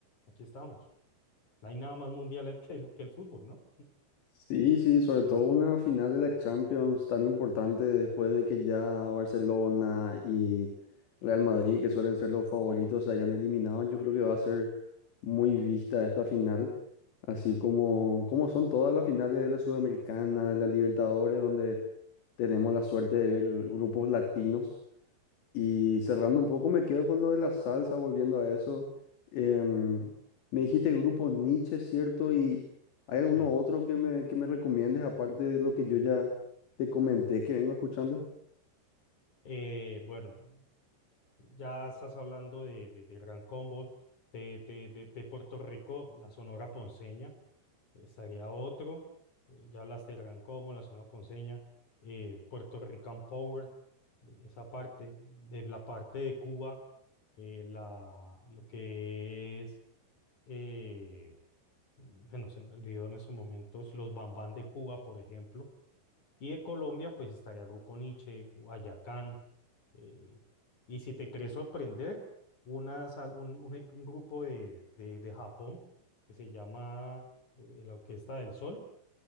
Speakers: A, on the left; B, on the left.
A: aquí estamos. No hay nada más mundial que el, que el fútbol, ¿no?
B: Sí, sí, sobre todo una final de la Champions tan importante después de que ya Barcelona y Real Madrid, que suelen ser los favoritos, se hayan eliminado, yo creo que va a ser muy vista esta final, así como, como son todas las finales de la Sudamericana, de la Libertadores, donde tenemos la suerte de ver grupos latinos. Y cerrando un poco, me quedo con lo de la salsa, volviendo a eso. Em, me dijiste grupo Nietzsche, ¿cierto? ¿Y hay alguno
A: Sí.
B: otro que me, que me recomiendes, aparte de lo que yo ya te comenté que vengo escuchando?
A: Eh, bueno, ya estás hablando de, de, de Gran Combo, de, de, de, de Puerto Rico, la Sonora Ponceña, estaría otro. Eh, ya hablaste de Gran Combo, la Sonora Ponceña, eh, Puerto Rican Power, de esa parte, de la parte de Cuba, eh, la, lo que es, eh, bueno, se me olvidó en esos momentos, los Bambán de Cuba, por ejemplo Y de Colombia, pues estaría Grupo Niche, Guayacán. eh, y si te querés sorprender, una sal- un, un e- un grupo de, de, de Japón que se llama eh, la Orquesta del Sol.